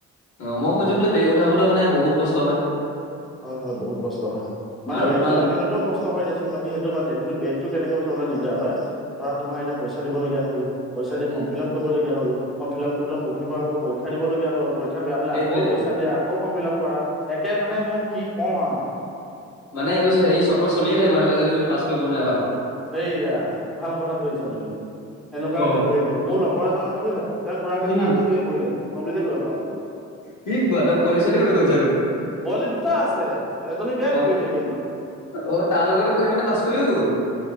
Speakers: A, on the left (about 75°); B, in the centre.
A: অ' মই শুনিছো বোলে বেক উঠাবলৈ মানে বহুত কষ্ট হয়।
B: হয় হয় বহুত কষ্ট হয়, মানে
A: আৰু
B: বেগটো
A: তোমাক
B: দাঙি
A: যোন
B: নিওটো কষ্ট হয় দিয়াচোন বাকী সেইটো বাদ দিয়া বেগতটো কেনেকে উঠাবলৈ দিগদাৰ হয়, ধৰা তোমাৰ এতিয়া পইচা দিবলগীয়া হ'ল। পইচা দি
A: উম
B: ফৰ্ম ফিলাপ কৰিবলগীয়া হ'ল, ফৰ্ম ফিলাপ কৰিব পঢ়িব আকৌ পৰীক্ষা দিব লগীয়া হ'ল। পৰীক্ষাত বেয়া হ'লে
A: সেইটোৱে
B: আকৌ
A: সেইটোৱে
B: পইচা দিয়া আকৌ ফৰ্ম ফিলাপ কৰা, একে মানে মই কি ক'ম আৰু।
A: মানে এইটো এই চক্ৰ চলিয়ে থাকিব এনেকুৱা যে তুমি পাছ কৰিব নোৱাৰ এবাৰ।
B: সেইয়া, ভাল কথাত ধৰিছা তুমি। সেনেকুৱা <unintelligible>
A: অ
B: থাকিব মোৰ লগৰ এজন আছে বুজিছা তেওঁৰ খুড়াক
A: উম
B: এজনে আজিও বি এ পঢ়ি আছে কমপ্লিট কৰিব পৰা নাই।
A: কি কোৱা তাৰ পোৱালি ছোৱালী হৈ গ'ল চাগৈ
B: পোৱালি দুটা আছে, এজনী বিয়া দিব
A: অ
B: এতিয়া এইকেইদিনত।
A: অ' তাৰ লগতে পঢ়ি মানে পাছ কৰি গ'ল।